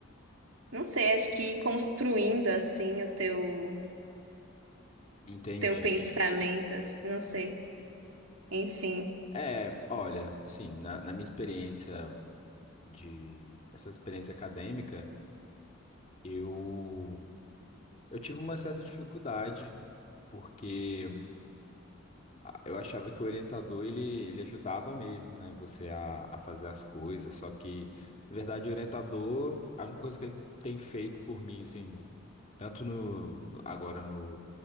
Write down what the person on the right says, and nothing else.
não sei, acho que ir construindo assim o teu
teu pensamento, assim, não sei. Enfim.